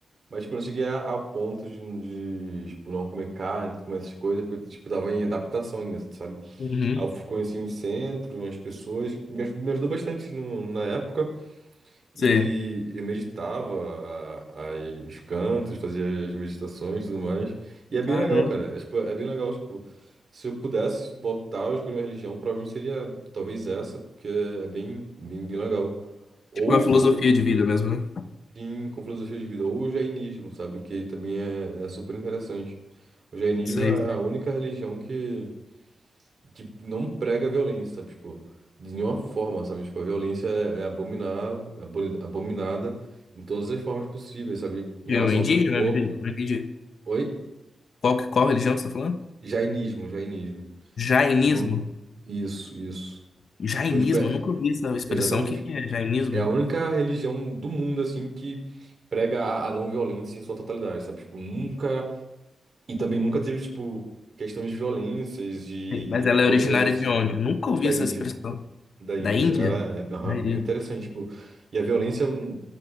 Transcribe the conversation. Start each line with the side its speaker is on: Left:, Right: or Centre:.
Right: Mas, tipo, eu não cheguei a- ao ponto de, de, tipo, não comer carne, comer essas coisas, porque, tipo, tava em adaptação ainda, sabe?
Left: Uhum.
Right: Aí eu conheci um centro, umas pessoas, me aj- me ajudou bastante assim, no- na época.
Left: Sei.
Right: E eu meditava a- a- os cantos, fazia as meditações e tudo mais. E é bem
Left: Caramba.
Right: legal, cara. É, tipo, é bem legal, tipo, se eu pudesse voltar a escolher uma religião, provavelmente seria talvez essa, porque é bem, bem, bem legal. Ou
Left: Tipo é a filosofia
Right: o
Left: de vida mesmo, né?
Right: em, com filosofia de vida, ou o jainismo, sabe? Que também é, é super interessante. O jainismo
Left: Sei.
Right: é a única religião que que não prega a violência, sabe? Tipo, de nenhuma forma, sabe? Tipo, a violência é, é abominar, é aboni- abominada em todas as formas possíveis, sabe? Em
Left: Eu,
Right: relação
Left: indígena?
Right: ao seu corpo.
Left: Não entendi. não entendi.
Right: Oi?
Left: Qual, que- qual religião que você tá falando?
Right: Jainismo, jainismo.
Left: Jainismo?
Right: Então, isso, isso.
Left: Jainismo?
Right: Então, tipo, é,
Left: Eu nunca ouvi essa expressão.
Right: exatamente.
Left: O que que é jainismo?
Right: É a única religião do mundo, assim, que prega a, a não violência em sua totalidade, sabe? Tipo, nunca. E também nunca teve, tipo, questões de violências e,
Left: Sei, Mas
Right: e
Left: ela
Right: coisas
Left: é originária
Right: assim
Left: de onde? Eu nunca ouvi
Right: da
Left: essa
Right: Índia.
Left: expressão.
Right: da Índia.
Left: Da Índia?
Right: Ela é aham,
Left: Da
Right: bem
Left: Índia.
Right: interessante, tipo, e a violência hum,